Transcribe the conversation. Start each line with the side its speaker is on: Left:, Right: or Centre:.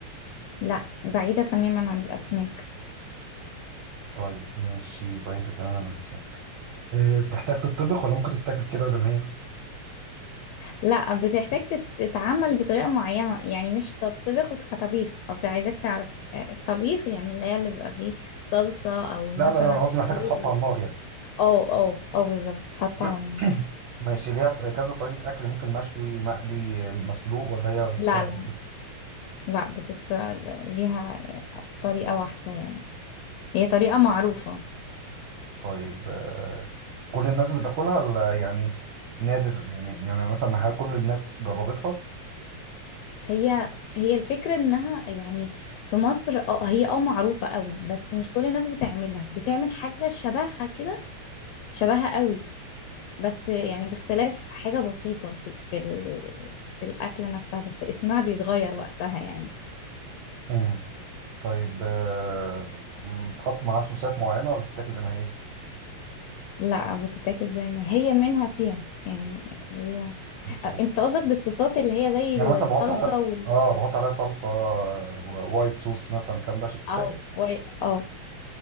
Left: لا بعيدة تماما عن الأسماك
Right: طيب ماشي بعيدة تماما عن الأسماك آه، بتحتاج تتطبخ ولا ممكن تتاكل كده زي ما هي؟
Left: لا بتحتاج تت- تتعمل بطريقة معينة يعني مش تطبخ كطبيخ أصل عايزاك تعرف آه، الطبيخ يعني اللي هي اللي بيبقى فيه صلصة أو
Right: لا
Left: مثلا
Right: لا لا أنا قصدي محتاجة
Left: زي
Right: تتحط
Left: ال-
Right: على النار يعني
Left: اه اه اه بالظبط تتحط
Right: <coughs>
Left: على النار
Right: ماشي ليها ط- كذا طريقة أكل ممكن مشوي مقلي آه، مسلوق ولا هي ستايل
Left: لا لا
Right: واحد؟
Left: لا بتت... ليها طريقة واحدة يعني هي طريقة معروفة
Right: طيب آه، كل الناس بتاكلها ولا يعني نادر يعني يعني مثلا هل كل الناس جربتها؟
Left: هي هي الفكرة انها يعني في مصر اه هي اه معروفة قوي بس مش كل الناس بتعملها بتعمل حاجة شبهها كده شبهها قوي بس يعني باختلاف حاجة بسيطة في في ال... في الأكلة نفسها بس اسمها بيتغير وقتها يعني
Right: امم طيب آه، مم، بتحط معاها صوصات معينة ولا بتتاكل زي ما هي؟
Left: لا بتتاكل زي ما هي منها فيها يعني هي
Right: إيه الصعوبة؟
Left: أ- انت قصدك بالصوصات اللي هي زي
Right: يعني مثلا
Left: الصلصة
Right: بحط على
Left: وال
Right: اه بحط عليها صلصة آه، وايت صوص مثلا الكلام ده عشان
Left: اه
Right: تتاكل
Left: وال- اه